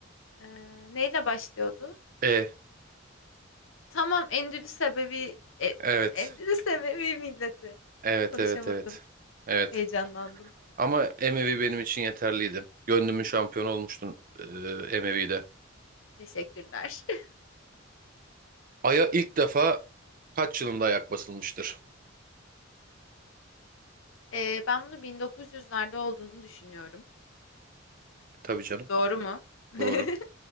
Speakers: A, on the left (about 70°); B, on the right (about 45°).
A: Ee, neyle başlıyordu?
B: E,
A: Tamam Endülüs sebebi e,
B: evet.
A: Endülüs Ebevi milleti.
B: Evet,
A: Konuşamadım.
B: evet, evet. Evet.
A: Heyecanlandım.
B: Ama Emevi benim için yeterliydi. Gönlümün şampiyonu olmuştun e, Emevi'de.
A: Teşekkürler. <laughs>
B: Ay'a ilk defa kaç yılında ayak basılmıştır?
A: Ee, ben bunu 1900'lerde olduğunu düşünüyorum.
B: Tabii canım.
A: Doğru mu? <laughs>
B: Doğru.